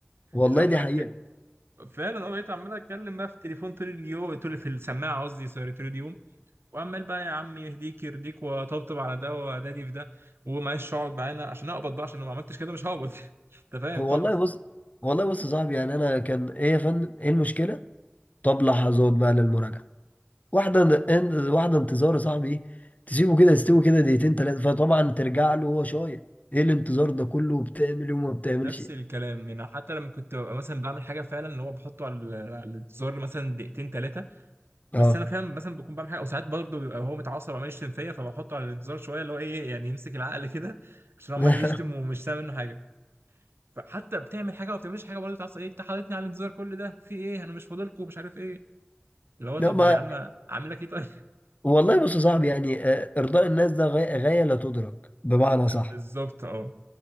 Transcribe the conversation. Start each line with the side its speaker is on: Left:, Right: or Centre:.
Left: والله
Right: اللي هو عمال
Left: دي حقيقة
Right: أتك- فعلا انا بقيت عمال اتكلم بقى في التليفون طول اليوم طول في السماعه قصدي سوري طول اليوم وعمال بقى يا عم يهديك يرضيك وطبطب على ده ودادي في ده ومعلش اقعد معانا عشان اقبض بقى عشان لو ما عملتش كده مش هقبض <laughs> انت فاهم
Left: والله
Right: طبعا
Left: بص والله بص يا صاحبي يعني انا كان ايه يا فندم ايه المشكلة طب لحظات بقى للمراجعة واحدة إن- واحدة انتظار يا صاحبي ايه تسيبه كده يستوي كده دقيقتين تلاتة فطبعا ترجع له وهو شايط ايه الانتظار ده كله بتعمل وما بتعملش
Right: نفس الكلام يعني حتى لما كنت ببقى مثلا بعمل حاجه فعلا اللي هو بحطه على ال- على الزر مثلا دقيقتين ثلاثه بس
Left: اه
Right: انا فاهم مثلا بكون بعمل حاجه او ساعات برضه بيبقى هو متعصب وعمال يشتم فيا فبحطه على الانتظار شويه اللي هو ايه يعني يمسك العقل كده عشان عمال
Left: <laughs>
Right: يشتم ومش سامع منه حاجه فحتى بتعمل حاجه وما بتعملش حاجه برضه تعصب ايه انت حاططني على الانتظار كل ده في ايه انا مش فاضلكم مش عارف ايه اللي هو طب
Left: لا ما
Right: يا عم عامل لك ايه طيب
Left: والله بص يا صاحبي يعني آه، ارضاء الناس ده غاية, غاية لا تدرك بمعنى
Right: <laughs>
Left: صح
Right: بالظبط اه